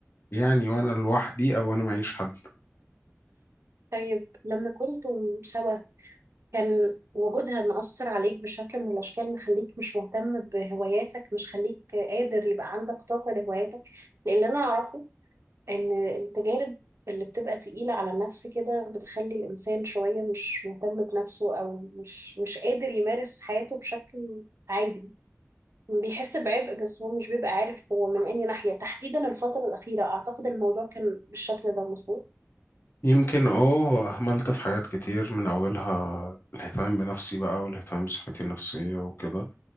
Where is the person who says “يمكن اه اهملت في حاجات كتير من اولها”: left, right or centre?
Left